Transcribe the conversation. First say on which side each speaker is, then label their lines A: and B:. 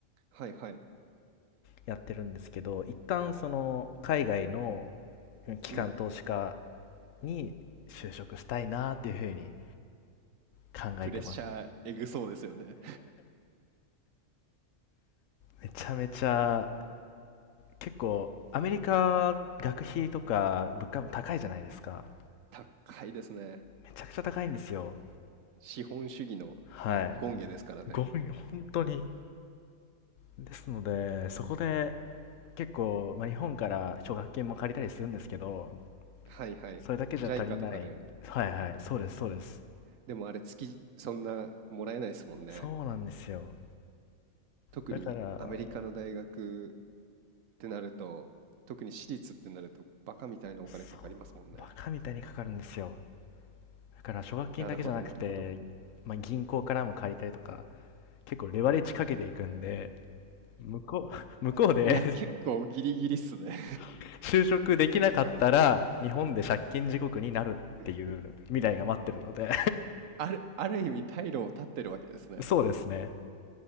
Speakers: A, on the right; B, on the left.
A: はいはい。
B: やってるんですけど一旦その海外の機関投資家
A: うん。
B: に就職したいなっていうふうに考えてます
A: プレッシャーえぐそうですよね。
B: めちゃめちゃ結構アメリカ学費とか物価も高いじゃないですか
A: <laughs> 高いですね。
B: めちゃくちゃ高いんですよ
A: 資本主義の
B: はい
A: 権下ですからね。
B: ごめ本当にですのでそこで結構、まあ、日本から奨学金も借りたりするんですけど
A: はいはい。
B: それだけじゃ足りないはいはいそうですそうです
A: JICA とかで。でもあれ月そんなもらえないですもんね。
B: そうなんですよ
A: 特にアメリカの大学っ
B: だから、
A: てなると、特に私立ってなるとバカみたいなお金かかりますもんね。
B: そう、バカみたいにかかるんですよ。だから、奨学金だけじゃなくて、
A: なるほど、なるほど。
B: まあ、銀行からも借りたりとか、結構レバレッジかけていくんで、向こう、<laughs> 向こうで
A: いや、結構ギリギリっすね。
B: <laughs> 就職できなかったら、日本で借金地獄になるっていう未来が待ってるので、
A: <laughs> ある、ある意味退路を断ってるわけですね。
B: <laughs> そうですね。